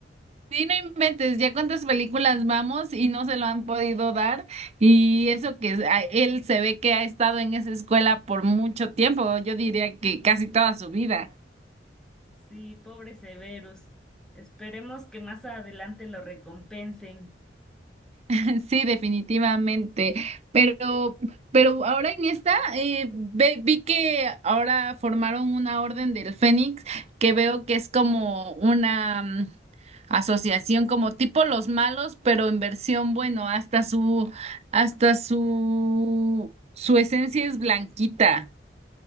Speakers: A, on the right (about 35°); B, in the centre.
A: Sí, no inventes, ya cuántas películas vamos y no se lo han podido dar. Y eso que a- él se ve que ha estado en esa escuela por mucho tiempo, yo diría que casi toda su vida.
B: Sí, pobre Severus. Esperemos que más adelante lo recompensen.
A: <laughs> Sí, definitivamente. Pero, pero ahora en esta eh, ve- vi que ahora formaron una orden del Fénix que veo que es como una mm, asociación como tipo los malos, pero en versión bueno, hasta su hasta su su esencia es blanquita.